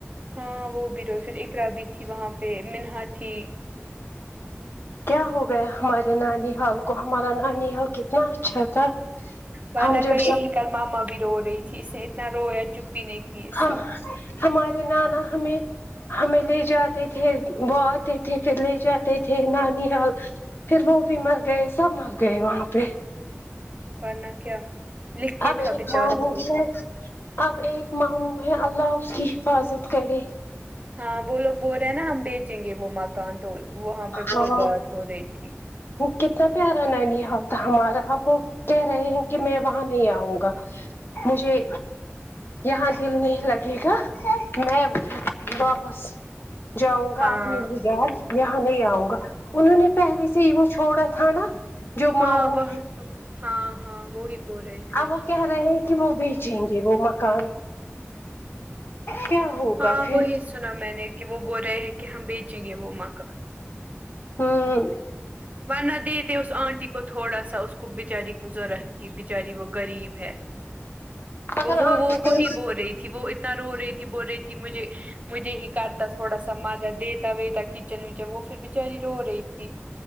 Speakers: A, on the right (about 35°); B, on the left (about 55°).
A: ہاں وہ بھی رو پ اقر بھی تھی وہاں پہ منہا تھی
B: کیا ہو گیا ہمارے نانی حال کو ہمارا نانی حال کتنا اچھا تھا
A: وہ
B: ہم
A: نہ
B: جب
A: کہ یہی کل ماما بھی رو رہی تھی اس نے اتنا رویا چپ ہی نہیں کی اس
B: ہم
A: نے
B: ہمارے نانا ہمیں ہمیں لے جاتے تھے وہ آتے تھے پھر لے جاتے تھے نانییاال پھر وہ بھی مر گئے سب مر گئے وہاں پہ
A: ورنہ کیا لکھ کے
B: آ ب
A: تھا بچاروں
B: ک <unintelligible>
A: کو
B: اب ایک ماموں ہے اللہ اس کی حفاظت کرے
A: ہاں وہ لوگ بول رہے ہیں نا ہم بیچیں گے وہ مکان تو وہاں پہ وہی
B: ہاں
A: بات ہو رہی تھی
B: کتنا پیارا نانیی حال تھا ہمارا اب وہ کہہ رہے ہیں کہ میں وہاں نہیں آؤں گا مجھے یہاں دل نہیں لگے گا میں واپس جاؤں گا
A: ہاں
B: اپنی بگار یہاں نہیں آؤں گا انہوں نے پہلے سے ہی وہ چھوڑا تھا نا جو
A: ہاں
B: ماموں
A: وہ تو ہاں ہاں وہی بول رہے تھے
B: اب وہ کہہ رہے ہیں کہ وہ بیچیں گے وہ مکان کیا ہوگا
A: ہاں
B: پھر
A: وہی سنا میں نے کہ وہ بول رہے ہیں کہ ہم بیچیں گے وہ مکان
B: ہوں
A: ون نا دیتےے اس آنٹی کو تھوڑا سا اس کو بچاری کووورت تھی بچاراری ب وہ غریب ہے
B: اگر
A: وہ وہ
B: آنٹی
A: وہ وہی
B: کو
A: بول رہی تھی وہ ا رو رہی تھی بول رہی تھی مجھے مجھے ہی کرتا تھوڑا سا مدہ دیتا وتا کچن وچن وہ پھر بچاری رو رہی تھی